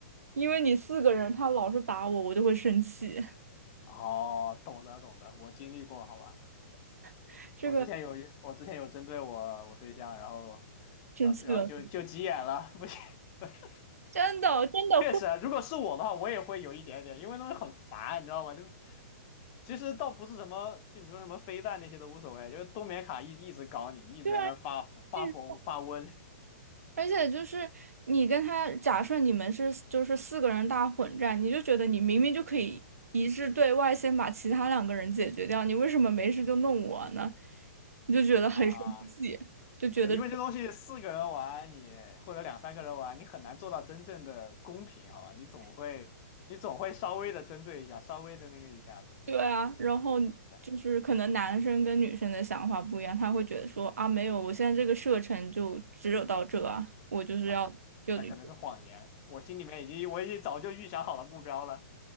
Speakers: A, on the right; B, on the left.
A: 因为你四个人，他老是打我，我就会生气，
B: 哦，懂得懂得，我经历过，好吧。
A: <laughs> 这个
B: 我之前有一，我之前有针对我我对象，然后，
A: 生气了，
B: 然后然后就就急眼了，不行。<laughs>
A: 真的真的会，
B: 确实啊如果是我的话，我也会有一点点，因为那东西很烦，你知道吗？就其实倒不是什么，就你说什么飞弹那些都无所谓，就是冬眠卡一一直搞你，一直在那儿发发疯发瘟
A: 对啊，就是而且就是你跟他，假设你们是就是四个人大混战，你就觉得你明明就可以一致对外，先把其他两个人解决掉，你为什么没事就弄我呢？你就觉得很生气，
B: <laughs> 啊。
A: 就觉得。
B: 对，因为这东西四个人玩你，或者两三个人玩，你很难做到真正的公平，好吧？你总会，你总会稍微的针对一下，稍微的那个一下对
A: 对啊，然后就是可能男生跟女生的想法不一样，
B: 对，
A: 他会觉得说啊，没有，我现在这个射程就只有到这啊，我就是要就，
B: 啊、那可能是谎言。
A: <laughs> 对，
B: 我心里面已经，我已经早就预想好了目标了。